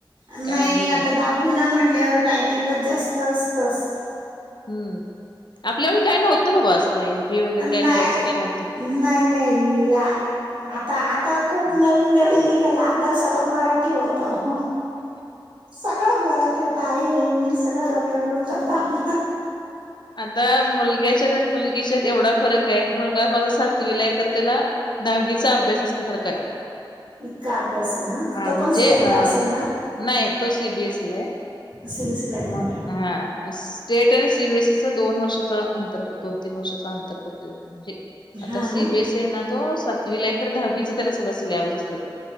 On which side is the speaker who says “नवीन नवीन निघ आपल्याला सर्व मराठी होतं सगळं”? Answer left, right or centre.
Right